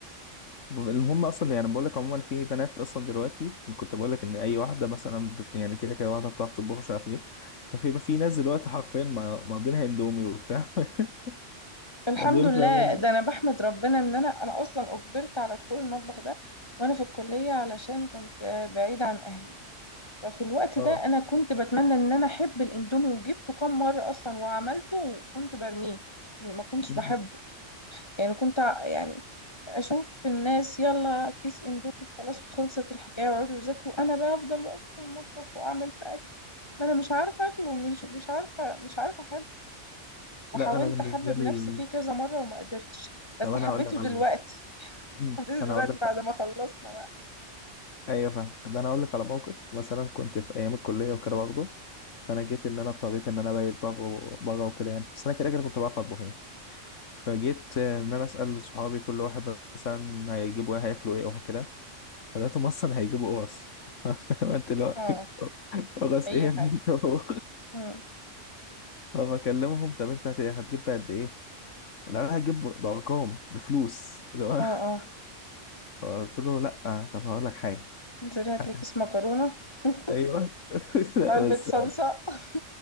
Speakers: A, on the left; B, on the left.
A: المهم اصلا يعني بقول لك عموما في بنات اصلا دلوقتي كنت بقول لك ان اي واحده مثلا بت يعني كده كده واحده بتعرف تطبخ مش عارف ايه ففي في ناس دلوقتي حرفيا ما- ماضينها اندومي وبتاع <laughs>
B: الحمد
A: دول
B: لله
A: فاهمه
B: ده انا بحمد ربنا ان انا انا اصلا اجبرت على دخول المطبخ ده وانا في الكليه علشان كنت آه، بعيده عن اهلي ففي الوقت
A: اه
B: ده انا كنت بتمنى ان انا احب الاندومي وجبته كم مره اصلا وعملته وكنت برميه ما كنتش
A: م-
B: بحبه يعني كنت ع- يعني اشوف الناس يلا كيس اندومي خلاص وخلصت الحكايه ويقعدوا يذاكروا انا بقى افضل واقف في المطبخ واعمل في اكل ما انا مش عارفه اكل ومش مش عارفه مش عارفه وحاولت
A: لا انا بالنسبه
B: احبب
A: لي
B: نفسي فيه كذا مرة وما قدرتش بس
A: طب انا
B: حبيته
A: هقول لك على
B: دلوقتي
A: موقف
B: <laughs>
A: م،
B: حبيته
A: انا
B: دلوقتي
A: هقول لك
B: بعد ما خلصنا بقى
A: ايوه فاهم ده انا هقول لك على موقف مثلا كنت في ايام الكليه وكده برضه فانا جيت ان انا اضطريت ان انا بايت بره بره وكده يعني بس انا كده كده كنت بعرف اطبخ يعني فجيت ان انا اسال صحابي كل واحد مثلا هيجيبوا ايه هياكلوا ايه وهكذا فلقيتهم اصلا هيجيبوا قرص <laughs> انت اللي هو
B: اه
A: قرص
B: اي
A: ايه يا
B: حاجة
A: ابني انت <laughs> هو
B: مم.
A: فبكلمهم طب انت هت- هتجيب بقى قد ايه؟ لا انا هجيب بارقام بفلوس اللي هو
B: اه اه
A: <laughs> فقلت له لا طب هقول لك حاجه
B: انزلي هاتلي
A: هات
B: كيس
A: انت.
B: مكرونة <laughs>
A: ايوه <laughs> لا
B: علبة
A: بس
B: صلصة <laughs>